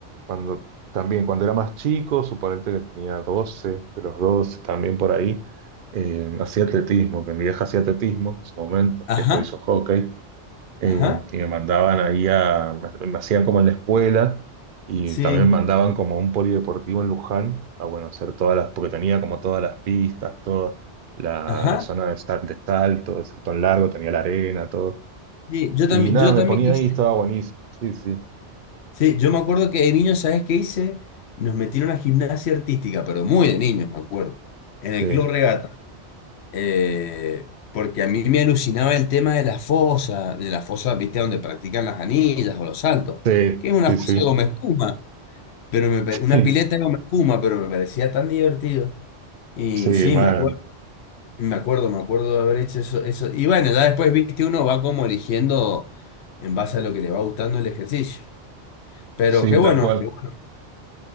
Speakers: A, on the right; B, on the left.
A: cuando también, cuando era más chico, suponente que tenía 12 de los 12 también por ahí, eh, hacía atletismo, que mi vieja hacía atletismo en su momento,
B: Ajá,
A: y después hizo hockey. eh,
B: ajá,
A: y me mandaban ahí a, me, me hacían como en la escuela y
B: sí,
A: también me mandaban como a un polideportivo en Luján, a bueno, hacer todas las, porque tenía como todas las pistas, toda la,
B: ajá.
A: la zona de, sal- de salto, de salto en largo, tenía la arena, todo.
B: Sí, yo
A: Y
B: también,
A: nada,
B: yo
A: me
B: también
A: ponía
B: hice.
A: ahí, estaba buenísimo. Sí, sí,
B: Sí, yo me acuerdo que de niño, ¿sabes qué hice? Nos metieron a gimnasia artística, pero muy de niños, me acuerdo. En
A: sí,
B: el Club Regata. eh, porque a mí me alucinaba el tema de la fosa, de la fosa, viste, donde practican las anillas o los saltos,
A: sí,
B: que es una
A: sí,
B: fosa
A: sí,
B: de goma espuma, pero me, pare-
A: <laughs>
B: una pileta de goma espuma, pero me parecía tan divertido. Y
A: sí,
B: sí,
A: man,
B: me acuerdo, me acuerdo, me acuerdo de haber hecho eso, eso. Y bueno, ya después, viste, uno va como eligiendo en base a lo que le va gustando el ejercicio. Pero
A: sí,
B: qué bueno,
A: tal cual.
B: qué bueno.